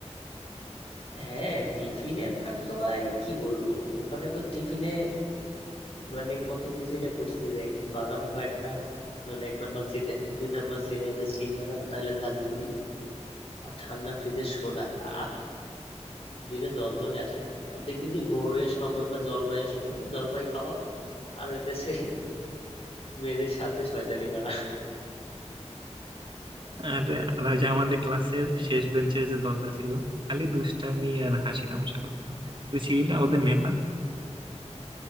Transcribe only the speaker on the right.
আর আর ওই যে আমাদের ক্লাসের শেষ বেঞ্চের যে দলটা ছিল খালি দুষ্টামি আর হাসি তামাশা করতাম তুই ছিলি না ওদের নেতা